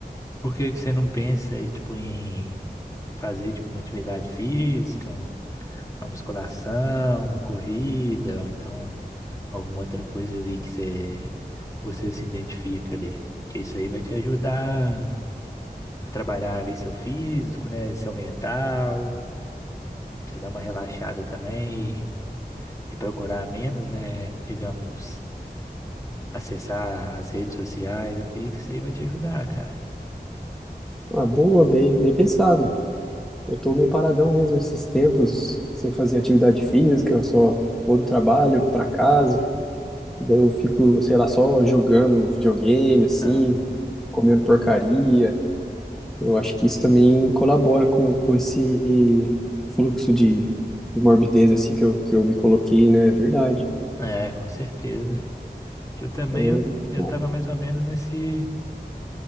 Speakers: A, on the left; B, in the centre.
A: por que que você não pensa aí, tipo, em fazer tipo uma atividade física, um- uma musculação, uma corrida, ou então alguma outra coisa ali que você, você se identifica ali? Que isso aí vai te ajudar a trabalhar ali seu físico, né? Seu mental. Pra Você dar uma relaxada também e procurar menos, né? Digamos, acessar as redes sociais. Eu acredito que isso aí vai te ajudar, cara.
B: Ah, boa, bem, bem pensado. Eu tô meio paradão mesmo esses tempos, sem fazer atividade física, eu só vou do trabalho pra casa, daí eu fico, sei lá, só jogando videogame, assim,
A: Aham.
B: comendo porcaria. Eu acho que isso também colabora com, com esse fluxo de, de morbidez, assim, que eu, que eu me coloquei, né? É verdade.
A: É, com certeza. Eu também,
B: É,
A: eu,
B: muito
A: eu
B: bom.
A: tava mais ou menos nesse,